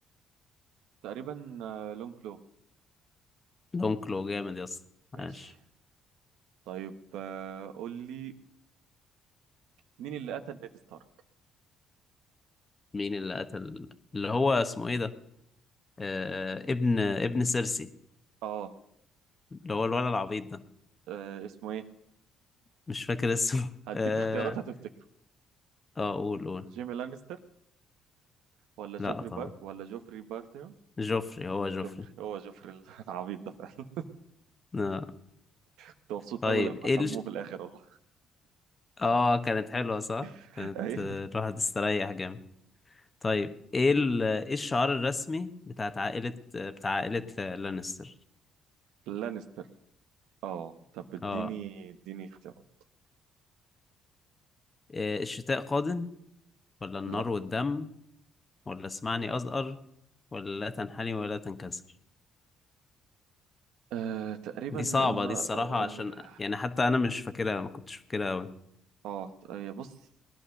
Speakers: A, on the right; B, on the left.
A: تقريبا آه لون كلو
B: لونج كلو جامد يا اسطى
A: ماشي
B: ماشي
A: طيب آه قول لي مين اللي قتل نيد ستارك
B: مين اللي قتل اللي هو اسمه ايه ده آه ابن ابن سيرسي
A: اه
B: اللي هو الولد العبيط ده
A: آه، اسمه ايه
B: مش فاكر اسمه <laughs>
A: هديك
B: اه
A: اختيارات هتفتكره
B: اه قول قول
A: جيمي لانستر ولا
B: لا
A: جوفري
B: طبعا
A: بار ولا جوفري بارثيون
B: جوفري هو جوفري
A: جوفري هو جوفري ال- <laughs> العبيط ده فعلا
B: آه.
A: كنت مبسوط
B: طيب
A: قوي لما
B: ايه
A: سموه
B: الش...
A: في الاخر والله
B: اه كانت حلوة صح
A: <laughs>
B: كانت
A: ايوه
B: آه، الواحد استريح جامد طيب ايه ال... ايه الشعار الرسمي بتاعت عائلة بتاع عائلة لانستر
A: لانستر اه طب اديني
B: اه
A: اديني اختيارات
B: إيه الشتاء قادم ولا النار
A: لا
B: والدم ولا اسمعني أزأر ولا لا تنحني ولا تنكسر
A: آه تقريبا
B: دي
A: ان
B: صعبة
A: اه
B: دي الصراحة عشان يعني حتى أنا مش فاكرها ما كنتش فاكرها أوي
A: آه، هي بص